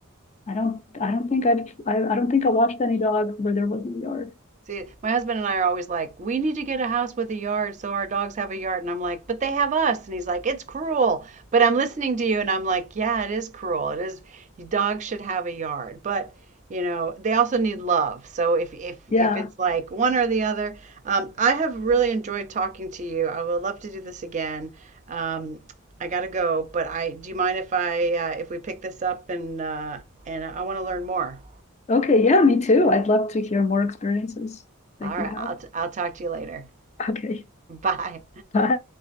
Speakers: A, on the left; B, on the right.
A: I don't, I don't think I've, I, I don't think I watched any dog where there wasn't a yard.
B: See, my husband and I are always like, we need to get a house with a yard so our dogs have a yard. And I'm like, but they have us. And he's like, it's cruel. But I'm listening to you and I'm like, yeah, it is cruel. It is, your dogs should have a yard. But, you know, they also need love. So if, if,
A: Yeah,
B: if it's like one or the other, um, I have really enjoyed talking to you. I would love to do this again. Um, I gotta go, but I, do you mind if I, uh, if we pick this up and, uh, and I want to learn more?
A: okay, yeah, me too. I'd love to hear more experiences that
B: All right.
A: you have.
B: I'll, t- I'll talk to you later.
A: Okay,
B: <laughs> Bye.
A: bye.